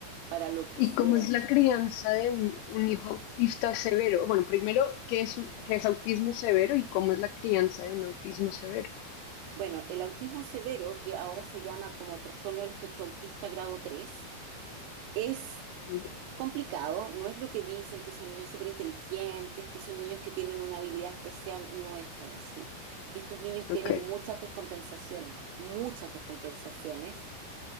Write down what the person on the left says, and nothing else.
¿Y
cómo es la crianza de un, un hijo autista severo? Bueno, primero, ¿qué es, un- qué es autismo severo y cómo es la crianza de un autismo severo?
Ujú.
Ok.